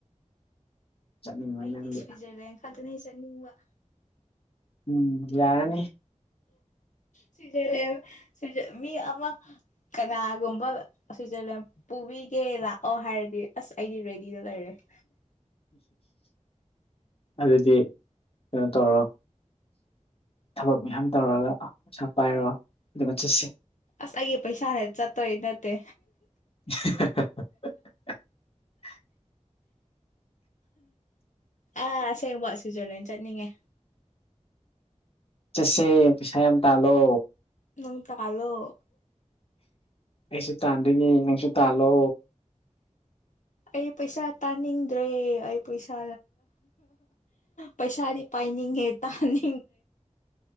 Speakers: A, on the left (about 50°); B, on the left (about 80°).
A: ꯆꯠꯅꯤꯡꯉꯣꯏ
B: ꯑꯩꯗꯤ
A: ꯅꯪꯗꯤ
B: ꯁ꯭ꯋꯤꯖꯔꯂꯦꯟ ꯈꯛꯇꯅꯦ ꯆꯠꯅꯤꯡꯕ
A: ꯎꯝ ꯌꯥꯔꯅꯤ
B: ꯁ꯭ꯤꯖꯔꯂ ꯁꯖꯔ ꯃꯤ ꯑꯃ ꯀꯅꯥꯒꯨꯝꯕ ꯁꯖꯦꯟ ꯄꯨꯕꯤꯒꯦ ꯂꯥꯛꯑꯣ ꯍꯥꯏꯔꯗꯤ ꯑꯁ ꯑꯩꯗꯤ ꯔꯦꯗꯤꯗ ꯂꯩꯔꯦ ꯎ
A: ꯑꯗꯨꯗꯤ ꯀꯩꯅꯣ ꯇꯧꯔꯣ ꯊꯕꯛ ꯃꯌꯥꯝ ꯇꯧꯔꯒ ꯄꯩꯁꯥ ꯄꯥꯏꯔꯒ ꯑꯗꯨꯒ ꯆꯠꯁꯤ
B: ꯑꯁ ꯑꯩꯒꯤ ꯄꯩꯁꯥꯅꯦ ꯆꯠꯇꯣꯏ ꯅꯠꯇꯦ
A: <inaudible>
B: ꯑ ꯑꯁꯦꯡꯕ ꯁ꯭ꯋꯤꯖꯔꯂꯦꯟ ꯆꯠꯅꯤꯡꯉꯦ
A: ꯆꯠꯁꯦ ꯄꯩꯁꯥ ꯌꯥꯝ ꯇꯥꯜꯂꯣ
B: ꯅꯪ ꯇ ꯀꯂꯣ
A: ꯑꯩꯁꯨ ꯇꯥꯟꯗꯣꯏꯅꯦ ꯅꯪꯁꯨ ꯇꯥꯜꯂꯣ
B: ꯑꯩ ꯄꯩꯁꯥ ꯇꯥꯅꯤꯡꯗ꯭ꯔꯦ ꯑꯩ ꯄꯩꯁꯥ ꯄꯩꯁꯥꯗꯤ ꯄꯥꯏꯅꯤꯡꯉꯦ ꯇꯅꯤ